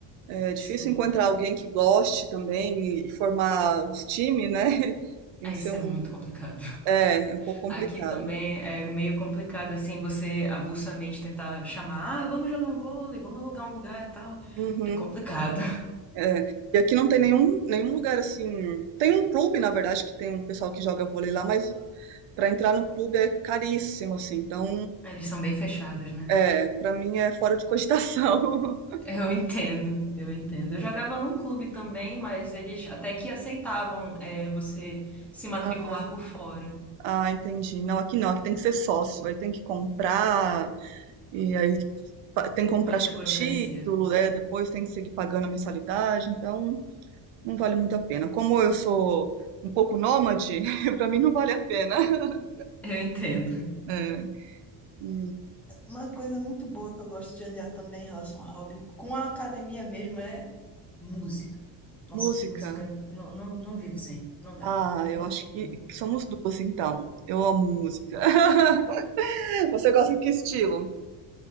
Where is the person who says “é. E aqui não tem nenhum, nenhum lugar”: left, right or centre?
Right